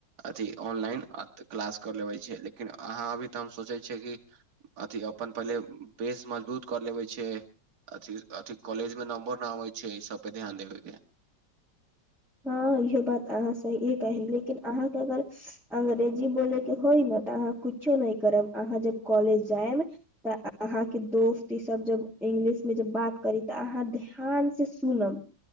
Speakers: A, on the right; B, in the centre.
A: अथि ऑनलाइन आ तऽ क्लास कर लेबै छै लेकिन अहाँ अभी तऽ हम सोचै छियै कि अथी अपन पहिले बेस मजबूत कर लेबै छै अथी अथि कॉलेज मे नम्बर न आबै छै ई सबपे ध्यान देबेके
B: हँ इहो बात अहाँ सही कह लेकिन अहाँके अगर अंग्रेजी बोलेके होइ न तऽ अहाँ कुछो नहि करब अहाँ जब कॉलेज जायब तऽ अहाँके दोस्त ई सब जब इंगलिशमे जब बात करी तऽ अहाँ ध्यान से सुनब